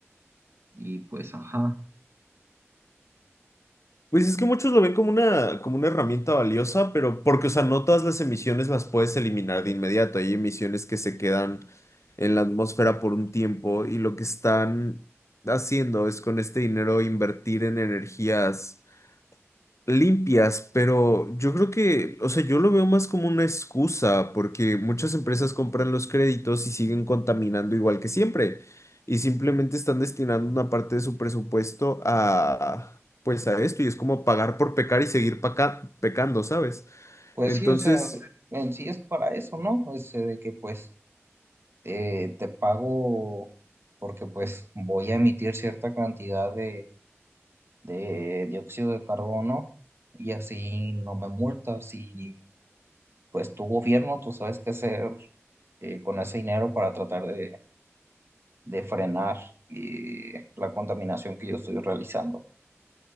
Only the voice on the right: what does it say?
y pues, ajá.
Pues
sí, o sea, en sí es para eso, ¿no? Es eh, de que pues eh, te pago porque pues voy a emitir cierta cantidad de, de dióxido de carbono y así no me multas y pues tu gobierno, tú sabes qué hacer eh, con ese dinero para tratar de, de frenar eh, la contaminación que yo estoy realizando.